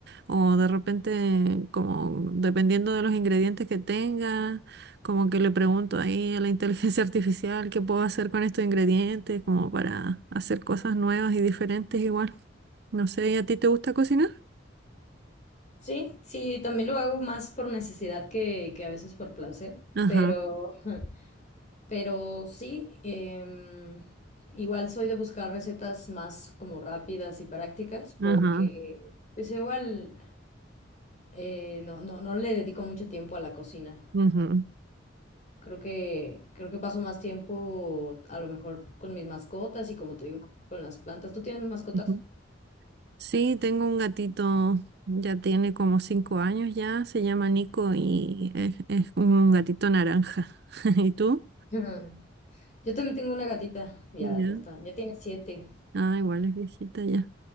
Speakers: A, on the right; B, on the left.
A: o de repente como dependiendo de los ingredientes que tenga, como que le pregunto ahí a la <laughs> inteligencia artificial qué puedo hacer con estos ingredientes, como para hacer cosas nuevas y diferentes igual. No sé, ¿y a ti te gusta cocinar?
B: Sí, sí, también lo hago más por necesidad que, que a veces por placer,
A: Ajá,
B: pero, <laughs> pero sí, em, igual soy de buscar recetas más como rápidas y prácticas porque
A: ajá,
B: pues igual eh, no, no, no le dedico mucho tiempo a la cocina.
A: ujú,
B: Creo que, creo que paso más tiempo a lo mejor con mis mascotas y como te digo, con las plantas. ¿Tú tienes mascotas?
A: ujú. Sí, tengo un gatito, ya tiene como cinco años ya, se llama Nico y es, es un gatito naranja. <laughs> ¿Y tú?
B: Ujú. Yo también tengo una gatita, ya,
A: Ya.
B: ya está, ya tiene siete.
A: Ah, igual es viejita ya.